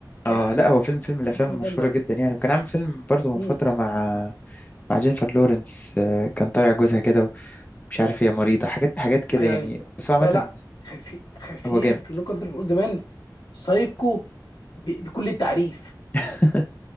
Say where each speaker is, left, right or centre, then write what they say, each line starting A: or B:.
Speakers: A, on the left; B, on the left.
A: اه
B: جامد
A: لا هو فيلم فيلم
B: ايه
A: من الافلام
B: الجمدان
A: المشهوره جدا يعني وكان عامل فيلم برضه
B: ده
A: من فتره مع مع جينيفر لورنس آه، كان طالع جوزها كده ومش عارف هي مريضه حاجات حاجات كده
B: ايوه
A: يعني
B: ايوه
A: بس هو عامه
B: لا لا خفير خفير
A: هو جامد
B: في نو كانتري فور اولد مان سايكو ب- بكل التعريف
A: <laughs>